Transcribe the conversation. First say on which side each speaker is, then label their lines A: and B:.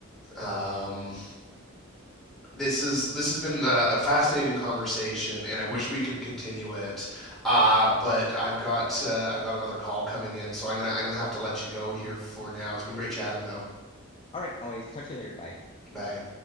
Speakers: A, in the centre; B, on the left.
A: Um, this is this has been a, a fascinating conversation, and I wish
B: <laughs>
A: we could continue it. Uh, but I've got uh, I've got another call coming in, so I'm gonna I'm gonna have to let you go here for now. It's been great chatting though.
B: All right, always talk to you later. Bye.
A: Bye.